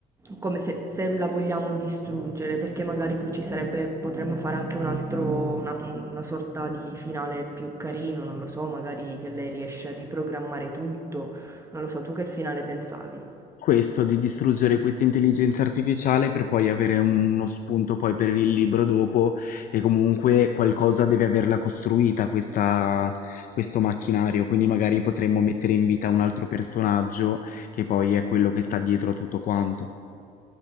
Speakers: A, on the right; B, on the left.
A: come se, se la vogliamo distruggere, perché magari poi ci sarebbe, potremmo fare anche un altro, una, una sorta di finale più carino, non lo so, magari che lei riesce a riprogrammare tutto, non lo so, tu che finale pensavi?
B: Questo, di distruggere questa intelligenza artificiale per poi avere un- uno spunto poi per il libro dopo e comunque qualcosa deve averla costruita questa, questo macchinario, quindi magari potremmo mettere in vita un altro personaggio che poi è quello che sta dietro a tutto quanto.